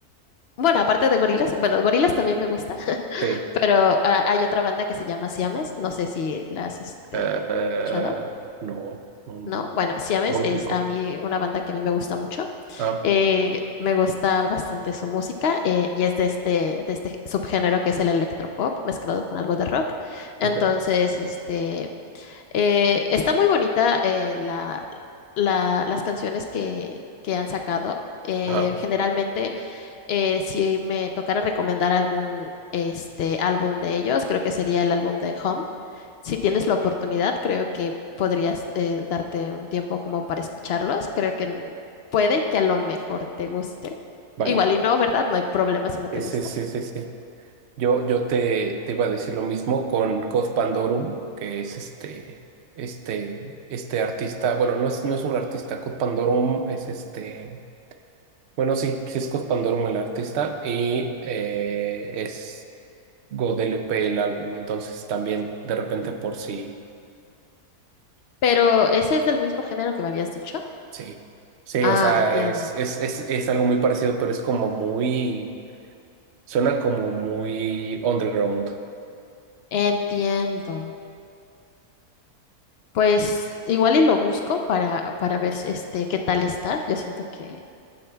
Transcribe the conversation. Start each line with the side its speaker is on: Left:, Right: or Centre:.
Left: Bueno, aparte de gorilas, bueno, gorilas también me gusta, <laughs>
Right: Sí.
Left: pero ah, hay otra banda que se llama Siames, no sé si la has este,
Right: Ah, ah,
Left: escuchado,
Right: no, no,
Left: ¿no? Bueno, Siames
Right: no lo
Left: es
Right: ubico.
Left: a mí una banda que a mí me gusta mucho,
Right: Ah,
Left: eh, me gusta bastante su música eh, y es de este, de este subgénero que es el electropop mezclado con algo de rock. Entonces,
Right: ok.
Left: este, Eh, está muy bonita eh, la, la- las canciones que, que han sacado. Eh,
Right: Ajá,
Left: generalmente, eh, si me tocara recomendar algún este, álbum de ellos, creo que sería el álbum de Home. Si tienes la oportunidad, creo que podrías eh, darte un tiempo como para escucharlos. Creo que n- puede que a lo mejor te guste.
Right: vale.
Left: Igual y no, ¿verdad? No hay problema si no te
Right: Ese,
Left: gusta.
Right: ese, ese. Yo, yo te, te iba a decir lo mismo con Cod Pandorum, que es este, este, este artista, bueno, no es, no es un artista, Cod Pandorum es este, bueno, sí, sí es Cod Pandorum el artista y eh, es God LP el álbum, entonces también de repente por si
Left: Pero ese es del mismo género que me habías dicho.
Right: sí, sí,
Left: Ah,
Right: o sea,
Left: entiendo.
Right: es, es, es, es algo muy parecido, pero es como muy, suena como muy underground,
Left: Entiendo. Pues igual y lo busco para, para ver si, este qué tal está. Yo siento que,